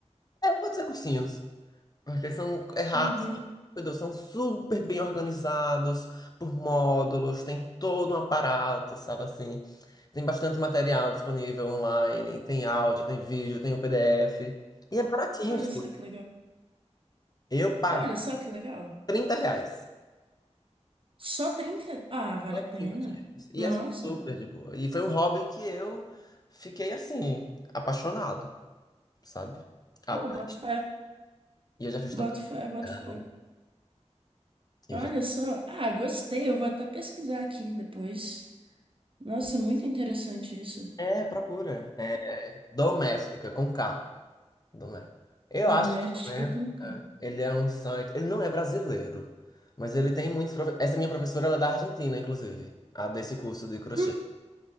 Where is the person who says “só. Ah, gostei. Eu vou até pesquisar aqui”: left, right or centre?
Right